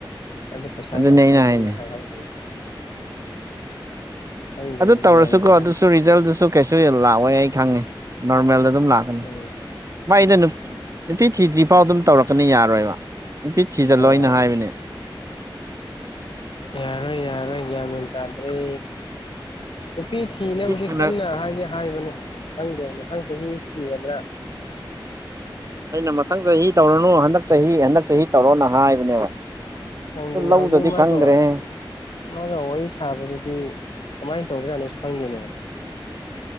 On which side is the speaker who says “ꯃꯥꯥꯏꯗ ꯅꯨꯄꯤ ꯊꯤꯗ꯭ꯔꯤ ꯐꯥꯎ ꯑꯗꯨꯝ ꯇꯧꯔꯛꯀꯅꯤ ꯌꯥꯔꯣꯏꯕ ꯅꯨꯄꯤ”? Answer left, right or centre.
Right